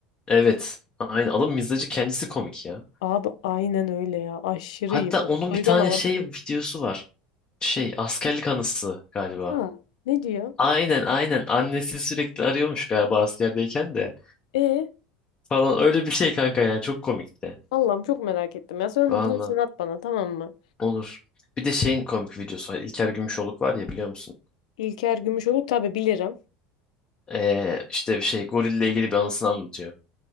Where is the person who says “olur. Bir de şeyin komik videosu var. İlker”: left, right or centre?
Left